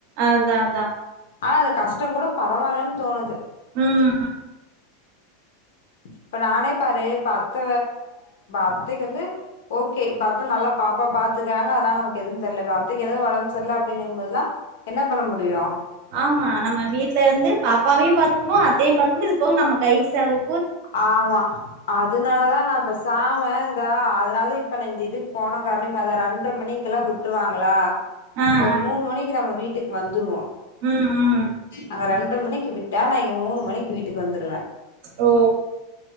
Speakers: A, on the right (about 45°); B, on the left (about 85°).
A: அதா அதா
B: ஆனா அந்த கஷ்டங்கூட பரவாலன் தோணுது
A: ம்
B: இப்ப நானே பாரு இப்ப அத்த அத்தைக்கு வந்து ஓகே இப்ப அத்த நல்லா பாப்பா பாத்துக்கறாங்க அதனால நமக்கு எது தெர்ல இப்ப அத்தைக்கு எதாது ஒடம்பு சரில்ல அப்டிங்கும் போதுல்லா என்ன பண்ண முடியு
A: ஆமா நம்ம வீட்ல இருந்து பாப்பாவையு பாத்துக்கணு அத்தையு பாத்துக்கணு இது போக நம்ம கைக்கு செலவு
B: ஆமா அதுனாலதா நா பேசாம இந்த அதனாலத இப்ப நா இந்த இதுக்கு போன காரணமே அதா ரெண்டரை மணிக்கெல்லா உட் ருவாங்களா
A: ஆ ஆ
B: ஒரு மூணு மணிக்கு நம்ம வீட்டுக்கு வந்துருவோ
A: ம் ம்
B: அங்க ரெண்ட்ர மணிக்கு விட்டா நா இங்க மூணு மணிக்கு வீட்டுக்கு வந்துருவ
A: ஓ